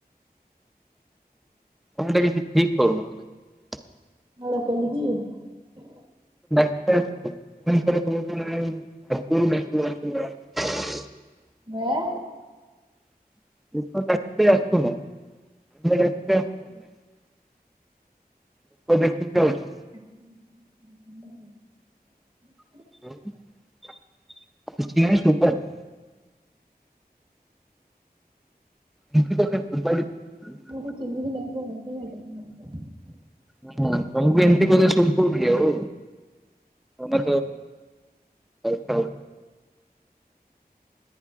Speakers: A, in the centre; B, on the right.
A: ତମେ ଟା କିଛି ଠିକ କରୁନ ହେଲା।
B: ଭଳ କୋଲିି କି?
A: <unintelligible>
B: ହଁ।
A: <unintelligible> ଲୋକ ଦେଖିକି ଯାଉଛ।
B: <inaudible>
A: <inaudible> ଏମିତି କଥା ଫୋପାଡି ହୁଁ
B: ମୁଁ କିମି ଦିନ <unintelligible>
A: ହଁ ତମକୁ ବି ଏମତି କଣ ଶୁଭୁଛି କି ଆଉ। ତମେ ତ <unintelligible>